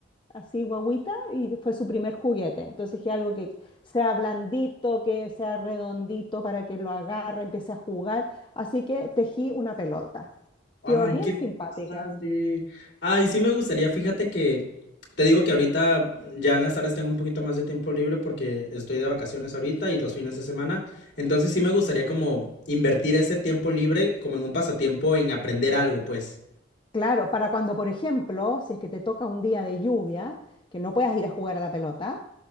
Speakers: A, on the left; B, on the left.
A: así guagüita, y fue su primer juguete. Entonces dije algo que sea blandito, que sea redondito para que lo agarre, empiece a jugar. Así que tejí una pelota.
B: Ay,
A: Quedó bien
B: qué
A: simpática.
B: padre. Ay, sí me gustaría, fíjate que te digo que ahorita ya en las tardes tengo un poquito más de tiempo libre porque estoy de vacaciones ahorita y los fines de semana. Entonces sí me gustaría como invertir ese tiempo libre como en un pasatiempo en aprender algo, pues.
A: Claro, para cuando, por ejemplo, si es que te toca un día de lluvia, que no puedas ir a jugar a la pelota,